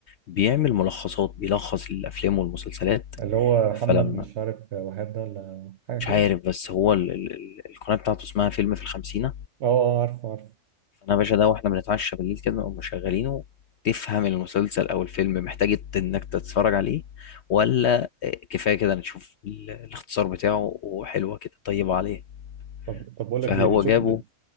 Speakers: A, on the left; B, on the right.
A: بيعمل ملخصات بيلخص الافلام والمسلسلات
B: اللي هو محمد
A: فلما
B: مش عارف وهاب ده ولا حاجه
A: مش
B: كده
A: عارف بس هو ال- ال- ال- القناة بتاعته اسمها فيلم في الخمسين
B: اه آه، عارفه عارفه
A: فانا يا باشا ده واحنا بنتعشى بالليل كده نقوم مشغلينه تفهم المسلسل او الفيلم محتاج إت- انك تتفرج عليه ولا كفايه كده نشوف ال- الاختصار بتاعه وحلوه كده طيبه عليه
B: طب طب بقول
A: فهو
B: لك ايه بتشوف
A: جابه
B: بت...